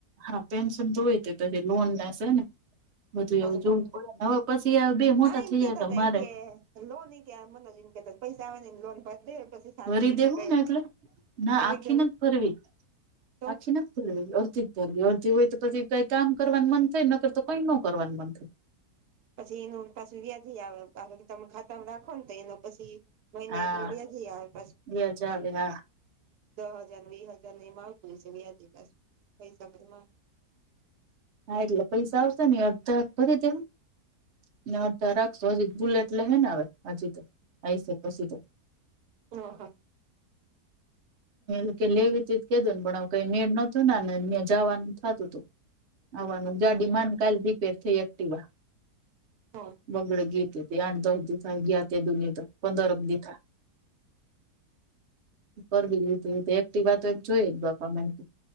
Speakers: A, on the right; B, on the right.
A: હા પેન્શન તો હોય તે તછ લોન હશે ને બધું
B: પાછો
A: એવું જોવું
B: પગાર
A: પડે હવે પછી આ બે મોટા
B: એમ
A: થઇ
B: કેતા
A: જા ય તો
B: હતા
A: મારે.
B: લોન કે મ કે પૈસા આવે ને લોન ભ દે પછી. શાંતિ
A: કરી દેવું
B: કે કઈ
A: ને, એટલે ના
B: એમ
A: આખી
B: એકદમ
A: નથી ભરવી.
B: તો
A: અડધી કરી અડધી હોય તો પછી કંઈ કામ કરવાનું મન થાય ન કરે તો, કઈ ન કરવાનું મન થાય.
B: પછી એનું પાછું વ્યાજ આવે, બા. તમે ખાતા રાખો ને, તો એનો પછી મહિને
A: હા
B: એટલું વેજી આવે પાછું.
A: વ્યાજ આવે હા
B: દહ હજાર, વી હજાર ને એમાં આવતું હોય છે વ્યાજ, પૈસા પણ.
A: હા, એટલે પૈસા આવશે ને, અડધા ફરી દેવા. એ અડધા રાખશો, હજી બુલેટ લે હે ને. હ,, હજી તો આ છે પછી તો
B: ઓ હા.
A: એટલે લેવી તો કે, તે પણ આવું કંઈ મેળ નથી થતા ને, જાવાનું થતું હતું. આવવાનું ગાડીમા, કાલ રિપેર થઈ એક્ટિવા.
B: હા.
A: બગડી ગઈ, આઠ-દસ દિવસ ગયા. તે દોની તો પંદરક દિવસ થયા. કરવી લીધી એક્ટવા તો જોઈ જ, બાપા. મને